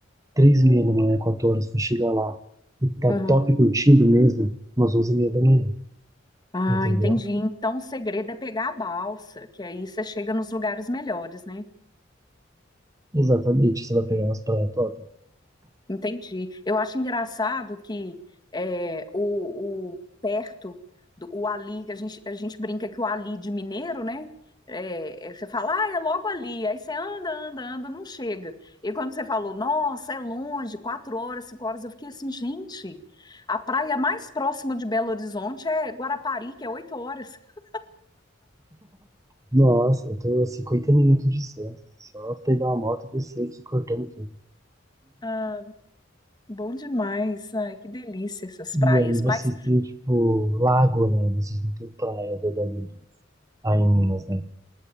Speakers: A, on the right; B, on the left.
A: três e meia da manhã, quatro horas pra chegar lá. E tá
B: aham.
A: top curtindo mesmo, umas onze e meia da manhã.
B: Ah,
A: Entendeu?
B: entendi. Então o segredo é pegar a balsa, que aí você chega nos lugares melhores, né?
A: Exatamente, você vai pegar umas praias top.
B: Entendi. Eu acho engraçado que é, o, o perto do o ali, que a gente, a gente brinca que o ali de mineiro, né? É, é, você fala, ah, é logo ali. Aí você anda, anda, anda, não chega. E quando você falou, nossa, é longe, quatro horas, cinco horas, eu fiquei assim, gente, a praia mais próxima de Belo Horizonte é Guarapari, que é oito horas. <laughs>
A: Nossa, eu tô a 50 minutos de Santos. Só pegar uma moto e descer aqui cortando tudo.
B: Ah, bom demais. Ai, que delícia essas praias.
A: E aí vocês
B: Mas
A: têm, tipo, lago, né? Vocês não têm praia verdadeira aí em Minas, né?